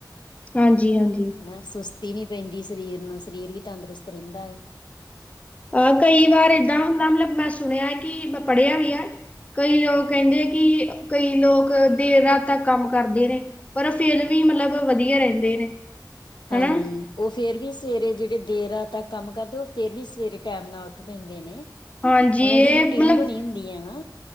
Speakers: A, on the left (about 20°); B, on the left (about 75°).
A: ਹਾਂਜੀ- ਹਾਂਜੀ।
B: ਹਨਾ ਸੁਸਤੀ ਨੀ ਪੈਂਦੀ ਸਰੀਰ ਨੂੰ। ਸਰੀਰ ਵੀ ਤੰਦਰੁਸਤ ਰਹਿੰਦਾ ਏ।
A: ਅਹ ਕਈ ਵਾਰ ਏਦਾਂ ਹੁੰਦਾ ਮਤਲਬ ਮੈਂ ਸੁਣਿਆ ਕਿ, ਮੈਂ ਪੜ੍ਹਿਆ ਵੀ ਹੈ। ਕਈ ਲੋਕ ਕਹਿੰਦੇ ਕਿ ਕਈ ਲੋਕ ਦੇਰ ਰਾਤ ਤੱਕ ਕੰਮ ਕਰਦੇ ਨੇ। ਪਰ ਫ਼ਿਰ ਵੀ ਮਤਲਬ ਵਧੀਆ ਰਹਿੰਦੇ ਨੇ।
B: ਹਾਂਜੀ।
A: ਹਨਾ
B: ਉਹ ਫੇਰ ਵੀ ਸਵੇਰੇ ਜਿਹੜੇ ਦੇਰ ਰਾ ਤੱਕ ਕੰਮ ਕਰਦੇ। ਉਹ ਫੇਰ ਵੀ ਸਵੇਰੇ ਟਾਈਮ ਨਾਲ ਉੱਠ ਪੈਂਦੇ ਨੇ
A: ਹਾਂਜੀ
B: ਉਹਨਾਂ
A: ਇਹ
B: ਦੀ ਰੂਟੀਨ
A: ਮਤਲਬ
B: ਬਣੀ ਹੁੰਦੀ ਹੈ ਨਾ।